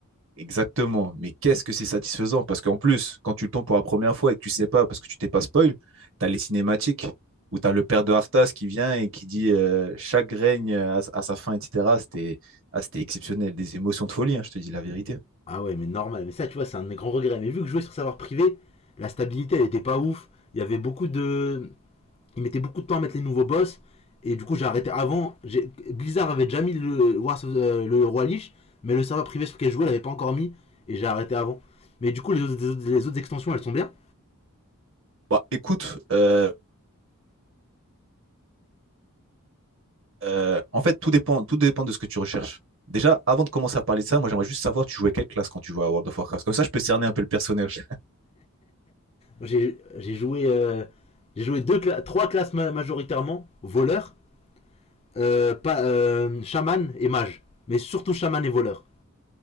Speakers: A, on the right; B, on the left.
A: Exactement. Mais qu'est-ce que c'est satisfaisant? Parce qu'en plus, quand tu le tombes pour la première fois et que tu sais pas, parce que tu t'es pas spoil, tu as les cinématiques où tu as le père de Arthas qui vient et qui dit euh, chaque règne à, à sa fin, etc. C'était ah, c'était exceptionnel. Des émotions de folie, hein, je te dis la vérité.
B: Ah ouais, mais normal. Mais ça, tu vois, c'est un de mes grands regrets. Mais vu que je jouais sur savoir privé, la stabilité elle était pas ouf. Il y avait beaucoup de ils mettaient beaucoup de temps à mettre les nouveaux boss. Et du coup, j'ai arrêté avant. Blizzard avait déjà mis le, Wars euh, le Roi Lich, mais le serveur privé sur lequel je jouais l'avait pas encore mis. Et j'ai arrêté avant. Mais du coup, les autres, les autres- extensions, elles sont bien.
A: Bah, écoute, euh, euh, en fait, tout dépend, tout dépend de ce que tu recherches. Déjà, avant de commencer à parler de ça, moi, j'aimerais juste savoir, tu jouais quelle classe quand tu jouais à World of Warcraft? Comme ça, je peux cerner un peu le personnage. <laughs>
B: J'ai joué, euh, j'ai joué deux, trois classes majoritairement voleur, euh, pas, euh, chaman et mage. Mais surtout chaman et voleur.